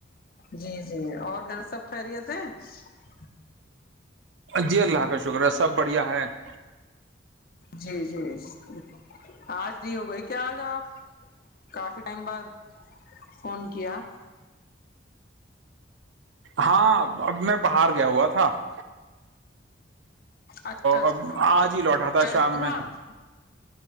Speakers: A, on the left; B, on the right.
A: جی <inaudible> جی اور گھر سب خیریت <inaudible> سے <inaudible>
B: جی اللہ کا شکر ہے سب بڑھیا ہے <inaudible>
A: جی جی <inaudible> آج ت ہو گئی کیا آ جؤ آپ کافی ٹائم بعد <inaudible> فون گیا <inaudible>
B: ہاں اب میں باہر گیا ہوا تھا <inaudible>
A: اچھا اچھا
B: اب آج ہی لوٹا تھا
A: چار
B: شام میں
A: <inaudible>